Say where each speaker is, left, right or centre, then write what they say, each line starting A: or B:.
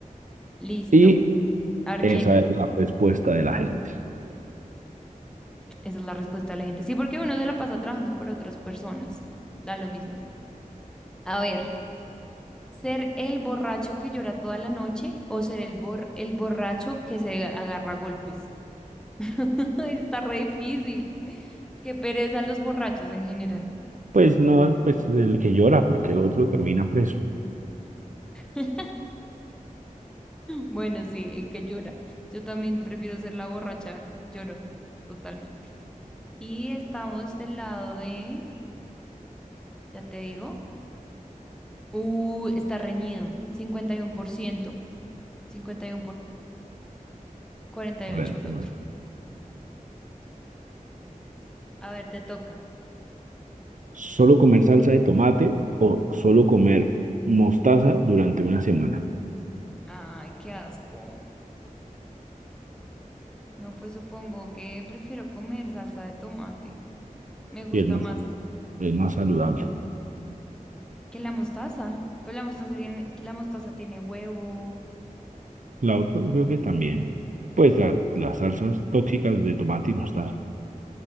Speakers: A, in the centre; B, on the right.
A: Listo.
B: Y
A: A ver,
B: esa
A: ¿quién?
B: es la respuesta de la gente.
A: Esa es la respuesta de la gente. Sí, porque uno se la pasa trabajando por otras personas. Da lo mismo. A ver, ser el borracho que llora toda la noche o ser el, bor el borracho que se agarra a golpes. <laughs> Está re difícil. Qué pereza los borrachos en general.
B: Pues no, pues el que llora, porque el otro termina preso.
A: <laughs> Bueno, sí, el que llora. Yo también prefiero ser la borracha llorona, totalmente. Y estamos del lado de, ya te digo, uh, está reñido, 51% cincuenta y 48%
B: por el- por
A: el
B: el-
A: otro. A ver, te toca.
B: Solo comer salsa de tomate o solo comer mostaza durante una semana.
A: Ay, qué asco. No, pues supongo que prefiero comer salsa de tomate. Me gusta
B: Y es más,
A: más
B: es más saludable.
A: que la mostaza. Pues la mostaza tiene, la mostaza tiene huevo.
B: La otra creo que también. Pues la- las salsas tóxicas de tomate y mostaza.